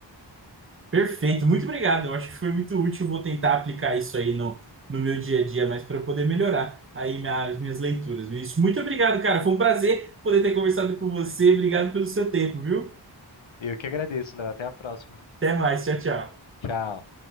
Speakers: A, on the right; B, on the left.
A: Perfeito, muito obrigado. Eu acho que foi muito útil. Vou tentar aplicar isso aí no, no meu dia a dia, mas para eu poder melhorar aí minha- as minhas leituras. Vinícius, muito obrigado, cara. Foi um prazer poder ter conversado com você. Obrigado pelo seu tempo, viu?
B: Eu que agradeço, Léo. Até a próxima.
A: Até mais. Tchau, tchau.
B: Tchau.